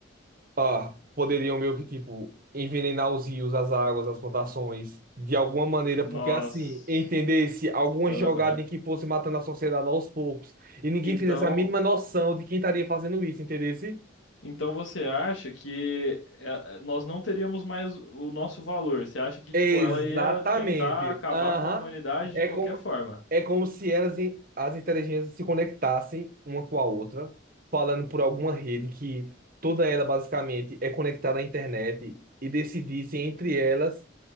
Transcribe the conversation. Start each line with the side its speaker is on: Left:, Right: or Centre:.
Right: ah, poderiam meio que, tipo, envenenar os rios, as águas, as plantações, de alguma maneira,
Left: Nós,
Right: porque assim, entendesse alguma
Left: aham.
Right: jogada em que fosse matando a sociedade aos poucos, e ninguém
Left: Então,
Right: fizesse a mínima noção de quem estaria fazendo isso, entendesse?
Left: então você acha que eh, nós não teríamos mais o nosso valor? Você acha que,
Right: Exatamente.
Left: tipo, ela ia tentar acabar
Right: Aham.
Left: com a humanidade
Right: É
Left: de qualquer
Right: como,
Left: forma?
Right: é como se elas, e- as inteligências se conectassem uma com a outra, falando por alguma rede que toda ela basicamente é conectada à internet e decidissem entre elas